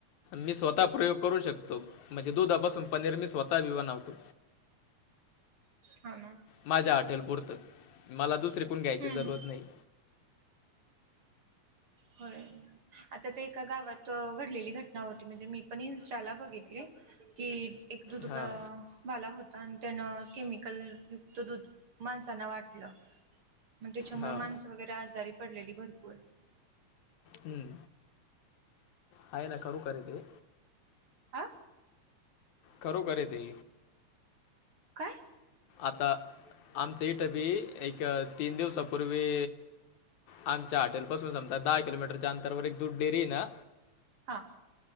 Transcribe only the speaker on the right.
हां, ना.
हम्म
होय. आता ते एका गावात, अं, घडलेली घटना होती. म्हणजे मी पण इन्स्टाला बघितली. कि एक दूधगा
वाला होता. अनं त्यानं केमिकल युक्त दूध माणसांना वाटलं. मग त्याच्यामुळं
माणसं वगैरे आजारी पडलेली भरपूर.
आ.
काय?
हां.